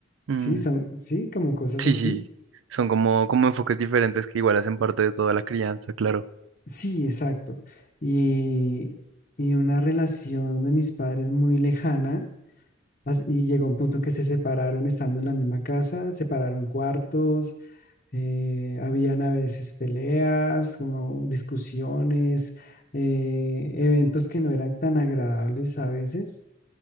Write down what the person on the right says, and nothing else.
Mm.
Sí,
sí, son como, como enfoques diferentes que igual hacen parte de toda la crianza, claro.